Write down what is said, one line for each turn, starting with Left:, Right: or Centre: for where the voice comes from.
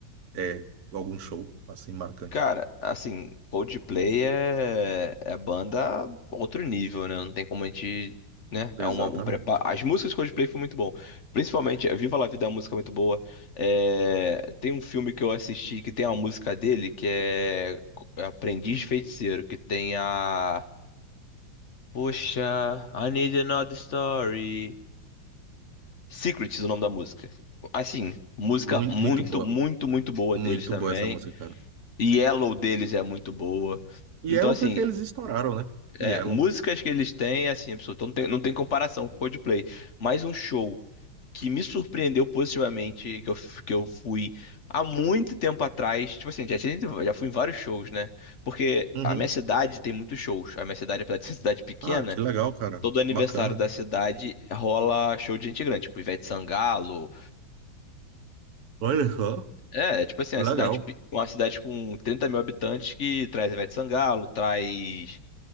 Right: é, algum show assim marcante.
Left: Cara, assim, Coldplay é, é banda outro nível, né? Não tem como a gente, né? É
Right: Exatamente.
Left: uma, um preparo. As músicas de Coldplay foi muito bom. Principalmente, é, Viva La Vida é uma música muito boa. É, Tem um filme que eu assisti que tem uma música dele que é é Aprendiz de Feiticeiro, que tem a... Poxa, I need another story. Secrets, o nome da música. Assim, música
Right: Muito,
Left: muito,
Right: muito boa.
Left: muito, muito boa
Right: Muito
Left: deles também.
Right: boa essa música, cara.
Left: Yellow deles é muito boa.
Right: E
Left: Então,
Right: Yellow
Left: assim,
Right: foi que eles estouraram, né?
Left: é,
Right: Yellow.
Left: músicas que eles têm, assim, absoluto, não tem, não tem comparação com o Coldplay. Mas um show que me surpreendeu positivamente, que eu, f- que eu fui há muito tempo atrás. Tipo assim, já, tinha- já fui em vários shows, né? Porque
Right: Uhum.
Left: a minha cidade tem muitos shows. A minha cidade, apesar de ser cidade pequena,
Right: Ah, que legal, cara.
Left: todo aniversário
Right: Bacana.
Left: da cidade rola show de gente grande, tipo Ivete Sangalo.
Right: Olha só.
Left: É, é tipo assim,
Right: Legal.
Left: uma cidade, pe- uma cidade com trinta mil habitantes que traz Ivete Sangalo, traz,